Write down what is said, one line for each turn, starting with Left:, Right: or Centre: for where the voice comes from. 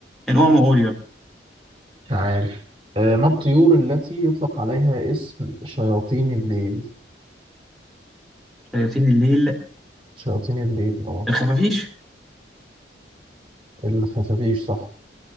Centre: المهم قول يلا
Right: مش عارف آه، ما الطيور التي يطلق عليها اسم شياطين الليل
Centre: شياطين الليل
Right: شياطين الليل اه
Centre: الخفافيش
Right: الخفافيش صح